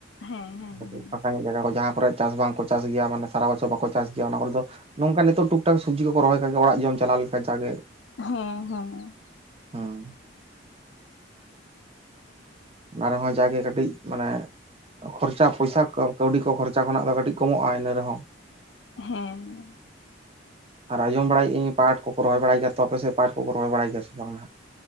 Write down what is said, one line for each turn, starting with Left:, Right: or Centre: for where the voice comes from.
Left: ᱦᱮᱸ ᱦᱮᱸ
Right: ᱠᱟᱹᱴᱤᱡ
Left: ᱦᱮᱸ
Right: ᱯᱷᱟᱠᱟ ᱧᱚᱜ ᱡᱟᱜᱟ ᱠᱚ ᱡᱟᱦᱟᱸ ᱠᱚᱨᱮ ᱪᱟᱥ ᱵᱟᱝᱠᱚ ᱪᱟᱥ ᱜᱮᱭᱟ, ᱢᱟᱱᱮ ᱥᱟᱨᱟ ᱵᱚᱪᱷᱚᱨ ᱵᱟᱠᱚ ᱪᱟᱥ ᱜᱮᱭᱟ, ᱚᱱᱟ ᱠᱚᱨᱮ ᱫᱚ ᱱᱚᱝᱠᱟ ᱱᱤᱛᱚᱜ ᱴᱩᱠ-ᱴᱟᱠ ᱥᱚᱵᱡᱤ ᱠᱚᱠᱚ ᱨᱚᱦᱚᱭ ᱟᱠᱟᱫ ᱜᱮᱭᱟ᱾ ᱚᱲᱟᱜ ᱡᱚᱢ ᱪᱟᱞᱟᱣ ᱞᱮᱠᱟ ᱡᱟᱦᱟᱸ ᱜᱮ᱾
Left: ᱦᱮᱸ ᱦᱮᱸ᱾
Right: ᱦᱮᱸ᱾ ᱚᱱᱟ ᱨᱮᱦᱚᱸ ᱡᱟᱜᱮ ᱠᱟᱹᱴᱤᱡ ᱢᱟᱱᱮᱼᱼ ᱠᱷᱚᱨᱪᱟ ᱯᱚᱭᱥᱟ ᱠᱚ ᱠᱟᱹᱣᱰᱤ ᱠᱚ ᱠᱷᱚᱨᱪᱟ ᱠᱷᱚᱱᱟᱜ ᱫᱚ ᱠᱟᱹᱴᱤᱡ ᱠᱚᱢᱚᱜᱼᱟ, ᱤᱱᱟᱹ ᱨᱮᱦᱚᱸ᱾
Left: ᱦᱮᱸ᱾
Right: ᱟᱨ ᱟᱸᱡᱚᱢ ᱵᱟᱲᱟᱭᱮᱜ ᱟᱹᱧ ᱯᱟᱴ ᱠᱚᱠᱚ ᱨᱚᱦ ᱵᱟᱲᱟᱭ ᱜᱮᱭᱟ ᱛᱚ ᱟᱯᱮ ᱥᱮᱫ ᱯᱟᱴ ᱠᱚ ᱠᱚ ᱨᱚᱦᱚᱭ ᱵᱟᱲᱟᱭ ᱜᱮᱭᱟ ᱥᱮ ᱵᱟᱝ ᱱᱟᱜ?